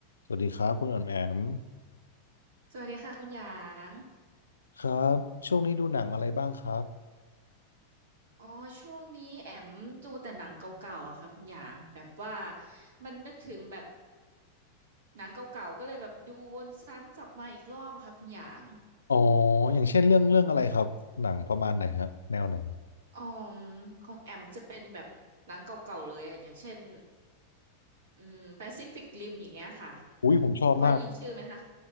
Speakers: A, on the left; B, on the right.
A: สวัสดีครับคุณอ๋อมแอม
B: สวัสดีค่ะคุณหยาง
A: ครับช่วงนี้ดูหนังอะไรบ้างครับ
B: อ๋อช่วงนี้แอมดูแต่หนังเก่าๆอะค่ะคุณหยางแบบว่ามันนึกถึงแบบหนังเก่าๆก็เลยแบบดูวนซ้ำกลับมาอีกรอบอะค่ะคุณหยาง
A: อ๋ออย่างเช่นเรื่องเรื่องอะไรครับหนังประมาณไหนฮะแนวไหน
B: อ๋อมของแอมจะเป็นแบบหนังเก่าๆเลยอะอย่างเช่นอืม i f i c ฟ i กริอย่างเงี้ยค่ะ
A: อุ้ยผมชอบมาก
B: พอได้ยินชื่อไหมคะ